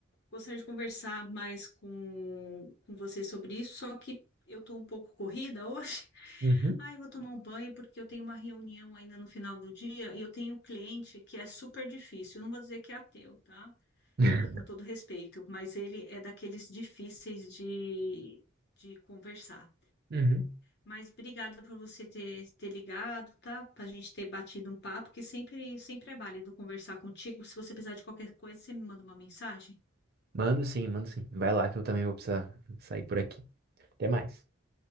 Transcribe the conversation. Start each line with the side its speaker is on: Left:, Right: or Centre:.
Left: gostaria de conversar mais com, com você sobre isso, só que eu estou um pouco corrida hoje. <laughs>
Right: Uhum.
Left: Ai, eu vou tomar um banho porque eu tenho uma reunião ainda no final do dia e eu tenho um cliente que é super difícil. Eu não vou dizer que é ateu, tá?
Right: <laughs>
Left: E com todo respeito, mas ele é daqueles difíceis de, de conversar.
Right: Uhum.
Left: Mas obrigada por você ter, ter ligado, tá? Pra gente ter batido um papo, que sempre, sempre é válido conversar contigo. Se você precisar de qualquer coisa, você me manda uma mensagem.
Right: Mando sim, mando sim. Vai lá que eu também vou precisar sair por aqui. Até mais.